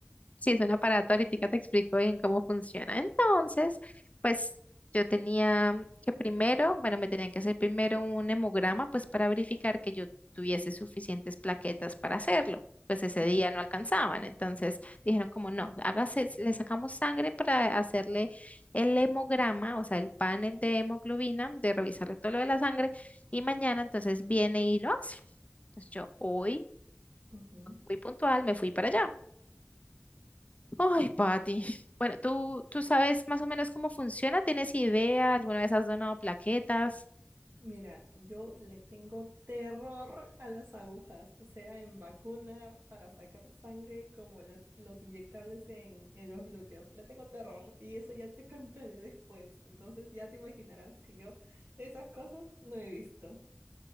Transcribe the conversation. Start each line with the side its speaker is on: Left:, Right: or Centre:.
Left: Sí, es un aparato, ahorita te explico bien cómo funciona. Entonces, pues yo tenía que primero, bueno, me tenían que hacer primero un hemograma, pues para verificar que yo tuviese suficientes plaquetas para hacerlo. Pues ese
Right: Ujú,
Left: día no alcanzaban, entonces dijeron como no, hágase, le sacamos sangre para hacerle el hemograma, o sea, el panel de hemoglobina, de revisarle todo lo de la sangre, y mañana entonces viene y lo hace. Entonces yo hoy,
Right: ujú.
Left: muy puntual, me fui para allá. Ay, Pati. Bueno, ¿tú, tú sabes más o menos cómo funciona? ¿Tienes idea? ¿Alguna vez has donado plaquetas?
Right: Mira, yo le tengo terror a las agujas, sea en vacuna para sacar sangre como las, los inyectables en, en los glúteos. Le tengo terror y eso ya te <laughs> contaré después. Entonces ya te imaginarás que yo esas cosas no he visto.